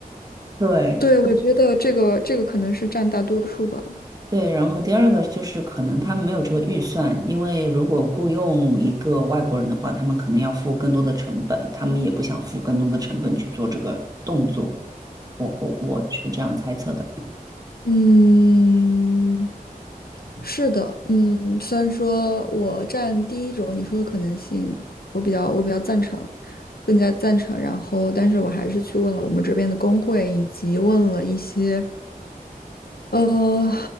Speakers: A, on the right; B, on the left.
A: 对
B: 对，我觉得这个这个可能是占大多数吧。
A: 对，然后第二个就是可能他们没有这个预算，因为如果雇佣一个外国人的话，他们可能要付更多的成本，他们也不想付更多的成本去做这个动作。我我我是这样猜测的。
B: 嗯，是的，嗯，虽然说我占第一种你说的可能性，我比较我比较赞成，更加赞成。然后，但是我还是去问了我们这边的工会，以及问了一些呃